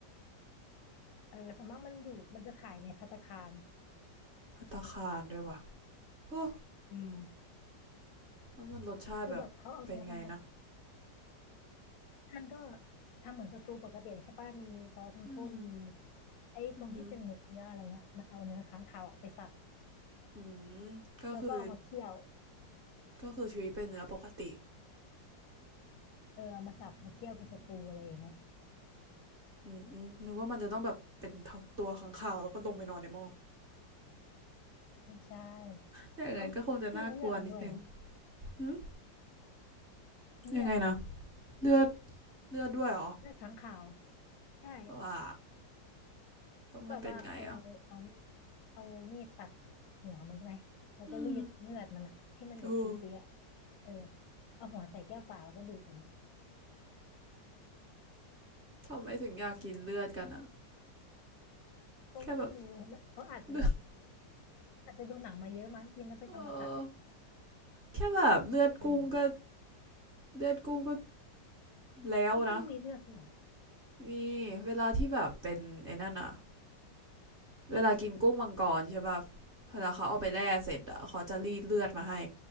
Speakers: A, on the left; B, on the right.
A: เออส่วนมากมันอยู่มันจะขายในภัตตาคาร
B: ภัตตาคารด้วยว่ะโอ้
A: อืม
B: ว่ามันรสชาติแบบเป็นไงนะ
A: คือแบบเขาเอาเนื้อมัน มันก็ทำเหมือนสตูปกติใช่ป่ะมีซอสเข้มข้นมี
B: อืม
A: ไอ้ตรงที่เป็นเนื้ออะไรเงี้ยมันเอาเนื้อค้างคาวอะไปสับ
B: อืมออืมก็คือ
A: แล้วก็เอามาเคี่ยว
B: ก็คือชีวิตเป็นเนื้อปกติ
A: เออเอามาสับมาเคี่ยวเป็นสตูอะไรอย่างเงี้ย
B: อืมนึกว่ามันจะต้องแบบเป็นทั้งตัวขังข่าวแล้วก็ลงไปนอนในหม้อ
A: ไม่ใช่
B: อย่างนั้นก็คงจะน่ากลัวนิดนึง
A: เขากินเลือดมันด้วยนะ
B: หืม
A: เลือดมันอะ
B: ยังไงนะเลือดเลือดด้วยเหรอ
A: เลือดค้างคาวใช่
B: ว้าแล้วมันเป็นไงอ่ะ
A: แบบว่าเอาเอามีดเอามีดตัดหัวมันใช่ไหมแล้วก็รีดเลือดมันอะที่มันหยดติ๊งติ๊งอะ
B: อืมโออ
A: เออเอาหัวใส่แก้วเปล่าแล้วก็ดื่ม
B: ทำไมถึงอยากกินเลือดกันอะ
A: ก็ไม่รู้มันเขาอาจจะแบบ
B: แค่แบบเลือด
A: อาจจะดูหนังมาเยอะมั้งกินแล้วเป็นอมตะ
B: เออแค่แบบเลือดกุ้งก็
A: เออ
B: เลือดกุ้งก็แล้วนะ
A: ไม่กุ้งมีเลือดด้วยเหรอ
B: มีเวลาที่แบบเป็นไอ้นั่นอะเวลากินกุ้งมังกรใช่ป่ะเวลาเขาเอาไปแล่เสร็จอะเขาจะรีดเลือดมาให้